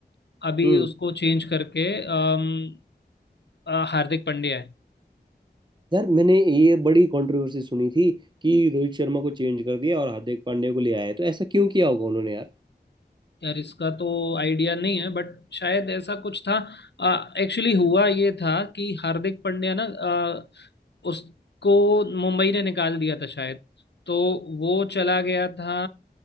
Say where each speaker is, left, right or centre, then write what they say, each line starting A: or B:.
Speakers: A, on the left; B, on the right.
A: अभी
B: हम्म
A: उसको चेंज करके अम, अ, हार्दिक पांड्या है
B: यार मैंने ये बड़ी कंट्रोवर्सी सुनी थी कि रोहित शर्मा को चेंज कर दिया और हार्दिक पांड्या को ले आया तो ऐसा क्यों किया होगा उन्होंने यार
A: यार इसका तो आइडिया नहीं है बट शायद ऐसा कुछ था एक्चुअली हुआ ये था कि हार्दिक पांड्या ना अ, उसको मुंबई ने निकाल दिया था शायद तो वो चला गया था